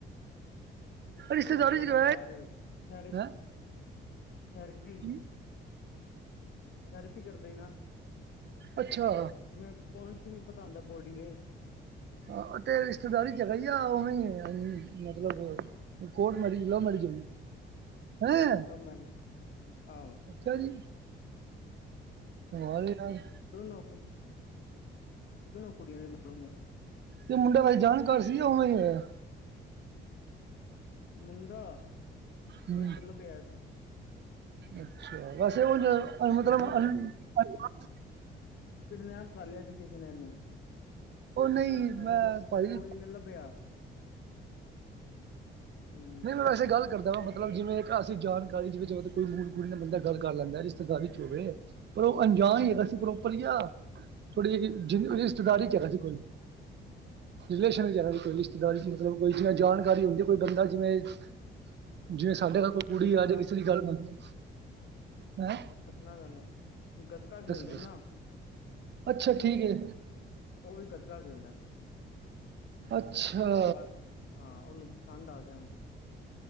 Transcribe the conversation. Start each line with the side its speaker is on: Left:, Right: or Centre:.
Right: ਰਿਸ਼ਤੇਦਾਰੀ
Left: ਉਹ ਹੈਗੇ
Right: 'ਚ
Left: ਨਾ
Right: ਜਾ
Left: ਯਾਰ
Right: ਆਇਆ
Left: ਥੈਰੇ
Right: ਹੈਂ।
Left: ਥੈਰੇਪੀ
Right: ਜੀ।
Left: ਥੈਰਪੀ ਕਰਦੇਂ ਗਾ।
Right: ਅੱਛਾ
Left: ਜਿਵੇਂ ਪੁਆਇੰਟਸ ਵੀ ਪਤਾ ਹੁੰਦਾ ਬੋਡੀ ਦੇ
Right: ਆਂ ਤੇਰੀ ਰਿਸ਼ਤੇਦਾਰੀ 'ਚ ਹੈਗਾ ਜਾ ਉਵੇਂ ਹੀ ਹੈਗਾ ਮਤਲਬ ਕੋਟ ਮੈਰਿਜ਼ ਲਵ ਮੈਰਿਜ਼ ਹੋਈ ਹੈ ਹੈਂ।
Left: ਲਵ ਮੈਰਿਜ ਆਹੋ।
Right: ਅੱਛਾ ਜੀ, ਕਮਾਲ ਏ ਯਾਰ।
Left: ਦੋਨੋ ਕੋਲ, ਦੋਨੋ ਕੁੜੀਆਂ ਨੇ ਦੋ ਦੌ
Right: ਤੇ ਮੁੰਡੇ ਵਾਲੇ, ਜਾਣਕਾਰ ਸੀ ਯਾਂ ਉਵੇਂ ਹੀ ਹੋਇਆ ਐ।
Left: ਮੁੰਡਾ, ਟੋਏ
Right: ਹੂੰ
Left: ਚੋ ਲੱਭਿਆ ਸੀ।
Right: ਅੱਛਾ ਵੈਸੇ ਉਂਝ ਮਤਲਬ
Left: ਗੁੰਮਿਆਂ ਦਾ ਸੀ
Right: ਅਨ-
Left: ਕਿਡਨੈਪ ਕਰ ਲਿਆ ਸੀ ਕਿਸੇ ਨੇ ਇਹਨੂੰ।
Right: ਉਹ ਨਹੀਂ
Left: ਫੇਰ
Right: ਮੈਂ ਭਾਜੀ
Left: ਕੁੜੀ ਨੇ ਲੱਭਿਆ ਹੂੰ
Right: ਨਹੀਂ ਵੈਸੇ ਗੱਲ ਕਰਦਾ ਵਾ ਮਤਲਬ ਜਿਵੇਂ ਇੱਕ ਅਸੀਂ ਜਾਣਕਾਰੀ ਜਿਵੇਂ ਕੋਈ ਮੂੜ ਮੁੰਡਾ ਕੁੜੀ ਨਾਲ ਬੰਦਾ ਗੱਲ ਕਰ ਲੈਂਦਾ ਰਿਸ਼ਤੇਦਾਰੀ ਚ ਹੋਵੇ। ਪਰ ਉਹ ਅਣਜਾਨ ਹੀ ਹੈਗਾ ਸੀ ਪ੍ਰੋਪਰ ਜਾਂ ਥੋੜ੍ਹੀ ਜਿਗੀ ਰਿਸ਼ਤੇਦਾਰੀ ਚ ਹੈਗਾ ਸੀ ਕੋਈ। ਰਿਲੇਸ਼ਨ ਚ ਹੈਗੇ ਕੋਈ ਰਿਸ਼ਤੇਦਾਰੀ ਮਤਲਬ ਕੋਈ ਜਿਵੇੰ ਜਾਣਕਾਰੀ ਹੁੰਦੀ ਕੋਈ ਬੰਦਾ ਜਿਵੇਂ ਸਾਡੇ ਨਾਲ ਕੋਈ ਕੁੜੀ
Left: ਦੱਸਣਾ
Right: ਆਜੇ ਵਿਚਲੀ ਗੱਲ ਬਣਜੇ ਹੈੰ।
Left: ਦੱਸਣਾ ਤੈਨੂੰ ਗੱਤਕਾ ਖੇਲਦੇ
Right: ਦੱਸੋ
Left: ਨੇ ਨਾ।
Right: ਅੱਛਾ ਠੀਕ ਏ।
Left: ਉਹ ਵੀ ਗੱਤਕਾ ਖੇਲਦਾ ਸੀ।
Right: ਅੱਛਾ
Left: ਬਸ ਹਾਂ ਉਹਨੂੰ ਪਸੰਦ ਆ ਗਿਆ ਉਹਨੂੰ।